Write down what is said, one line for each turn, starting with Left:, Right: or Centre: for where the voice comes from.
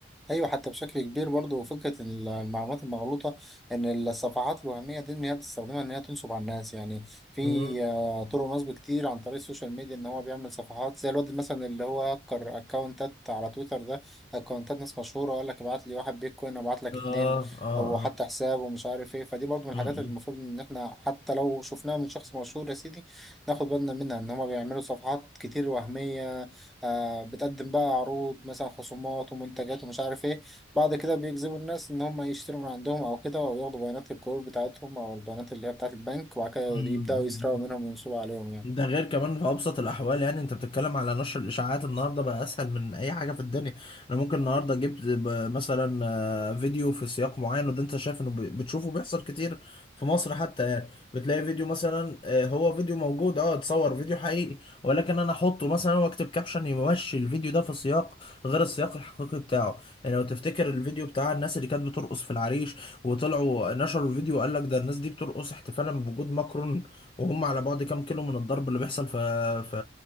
Centre: ايوه حتى بشكل كبير برضه فكره ال- المعلومات المغلوطه ان الصفحات الوهميه دي ان هي بتستخدمها ان هي تنصب على الناس يعني في
Left: مم.
Centre: آه، طرق نصب كتير عن طريق السوشيال ميديا ان هو بيعمل صفحات زي الواد مثلا اللي هو هكر اكونتات على تويتر ده اكونتات ناس مشهوره وقال لك ابعت لي واحد بيتكوين ابعت لك
Left: اه
Centre: اتنين
Left: اه
Centre: او
Left: اه
Centre: حتى حساب ومش عارف ايه فدي برضه من الحاجات
Left: اه
Centre: اللي المفروض ان احنا حتى لو شفناها من شخص مشهور يا سيدي ناخد بالنا منها ان هما بيعملوا صفحات كتير وهميه آه بتقدم بقى عروض مثلا خصومات ومنتجات ومش عارف ايه بعد كده بيجذبوا الناس ان هم يشتروا من عندهم او كده او ياخدوا بيانات الكور بتاعتهم او البيانات اللي هي بتاعت البنك وبعد كده
Left: مم.
Centre: يبداوا يسرقوا منهم وينصبوا عليهم يعني
Left: ده غير كمان في ابسط الاحوال يعني انت بتتكلم على نشر الاشاعات النهارده بقى اسهل من اي حاجه في الدنيا انا ممكن النهارده جبت ب- مثلا آه، فيديو في سياق معين وده انت شايف انه ب- بتشوفه بيحصل كتير في مصر حتى يعني بتلاقي فيديو مثلا آه، هو فيديو موجود اه اتصور فيديو حقيقي ولكن انا احطه مثلا واكتب كابشن يمشي الفيديو ده في سياق غير السياق الحقيقي بتاعه يعني لو تفتكر الفيديو بتاع الناس اللي كانت بترقص في العريش وطلعوا نشروا الفيديو وقال لك ده الناس دي بترقص احتفالا بوجود ماكرون وهم على بعد كام كيلو من الضرب اللي بيحصل في في